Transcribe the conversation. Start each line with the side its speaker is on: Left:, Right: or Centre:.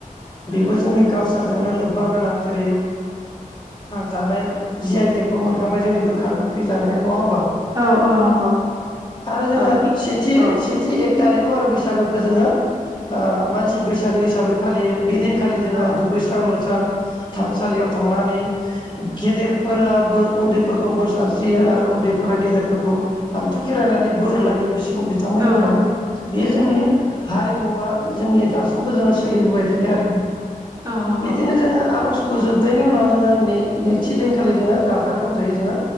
Left: बेबो जोंनि काल सारजोंनो लोब्बा गोनां जेरै जानाय जिआइटेक बो मोनखांबाय जोंनि गोखा गोखै जानाय नङा ओममबा ।
Right: औ औ नंगौ
Left: आरो जोंहा
Right: औ थिग
Left: सेथि
Right: औ
Left: सेथि एक
Right: औ
Left: टारिखआव आरो बैसागोखो जोङो ओ मानसि बैसागो हिसाबै फालियो बेदिनखालि जोंहा
Right: औ
Left: दुगैस्रां लोबस्रां थानसालियाव थांनानै गेदेरफोराबो उन्दैफोरखौ बोर सानस्रियो आरो उन्दै फोरा गेदेरफोरखौ हानथु' खेरायनानै बोर लायो बिसि बिथांमोननिफ्राय
Right: औ
Left: बे जोंनि हारिमुवा जोंनि दासिमबो जोङो सोलिबोबाय थायो आरो ।
Right: औ
Left: बिदिनो
Right: नंगौ
Left: जोङो आर'जखौ जोबनायनि उनाव जोङो नै नैथि दिनखालि जोङो गाजा गोमजायै जोङो